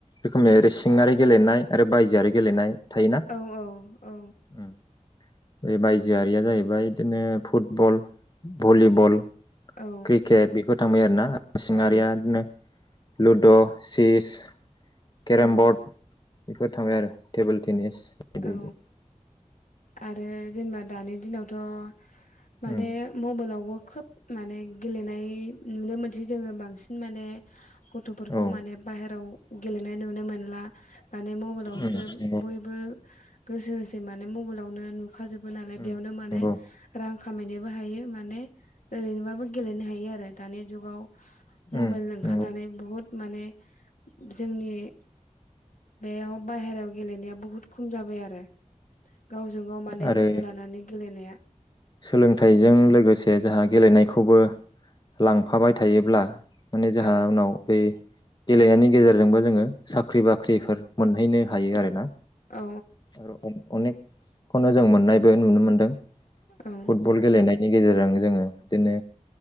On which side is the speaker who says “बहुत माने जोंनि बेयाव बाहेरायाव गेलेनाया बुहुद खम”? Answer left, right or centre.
Left